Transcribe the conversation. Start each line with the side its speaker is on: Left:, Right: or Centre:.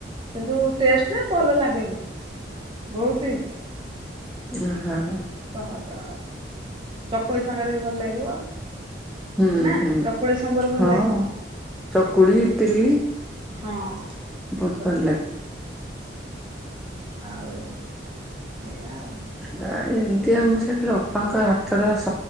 Right: କିନ୍ତୁ ଟେଷ୍ଟେ ଭଲ ଲାଗେନି ବହୁତ୍ ଇଜି
Centre: <unintelligible>
Right: ସହଜ। ଚକୁଳି ସାଙ୍ଗରେ ଭଲ୍ ଲାଗିବ।
Centre: ଉଁ
Right: ନା
Centre: ହୁଁ
Right: ଚକୁଳି ସମ୍ବର ଭଲ
Centre: ଅଁ
Right: ଲାଗେ।
Centre: ଚକୁଳି ଇଟିଲି
Right: ହଁ
Centre: ବହୁତ
Right: ଭଲ୍
Centre: ଭଲ
Right: ଲାଗେ <inaudible> ଆଉ ଏୟା ଆଉ
Centre: ବା ଏମତି ଆଉ ଶୀଘ୍ର ଅପାଙ୍କ ହାତର ସୁ